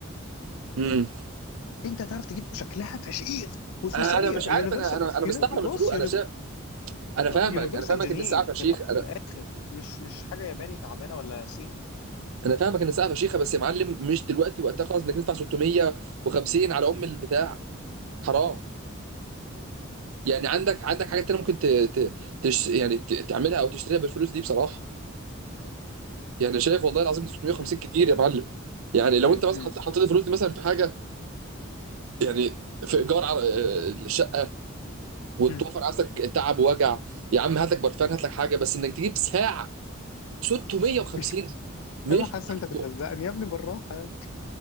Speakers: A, on the right; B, on the left.
A: امم
B: انت هتعرف تجيب شكلها فشيخ وسويسريه
A: انا مش عارف
B: يونيفرسال
A: انا انا انا مستحرم
B: يوني... بص
A: الفلوس انا
B: يوني...
A: شايف انا فاهمك
B: يونيفرسال
A: انا فاهمك
B: جنيف
A: ان الساعه فشيخ
B: في
A: انا
B: الاخر مش مش حاجه ياباني تعبانه ولا صيني
A: انا فاهمك ان الساعه فشيخه بس يا معلم مش دلوقتي وقتها خالص انك تدفع 650 على ام البتاع حرام يعني عندك عندك حاجات تانية ممكن ت... ت... تش... يعني ت... تعملها او تشتريها بالفلوس دي بصراحه يعني شايف والله العظيم 650
B: مم.
A: كتير يا معلم يعني لو
B: مم.
A: انت مثلا
B: مم.
A: حطيت حطيت الفلوس دي مثلا في حاجه يعني في ايجار على آه، الشقه وتوفر
B: مم.
A: عندك تعب ووجع يا عم هات لك برفان هات لك حاجه بس انك تجيب ساعه 650
B: <laughs>
A: مش
B: يا ابني حاسس
A: مقبول.
B: انت بتهزقني يا ابني بالراحه يا ابني